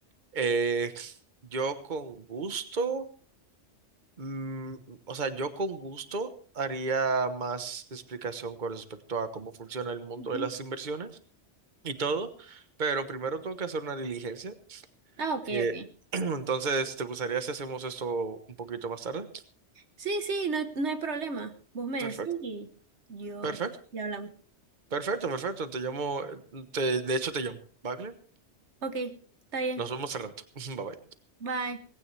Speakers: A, on the right; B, on the right.
A: eh, yo con gusto. Mm, o sea, yo con gusto haría más explicación con respecto a cómo funciona el mundo
B: ujú.
A: de las inversiones y todo, pero primero tengo que hacer una diligencia.
B: Ah, ok,
A: eh,
B: ok.
A: <clears throat> entonces, ¿te gustaría si hacemos esto un poquito más tarde?
B: Sí, sí, no, hay- no hay problema. Vos me
A: Perfecto,
B: decís y yo,
A: perfecto,
B: y hablamos.
A: perfecto, perfecto. Te llamo, eh, te- de hecho te llamo, ¿vale?
B: Ok, está bien.
A: Nos vemos al rato. <laughs> Bye bye.
B: Bye.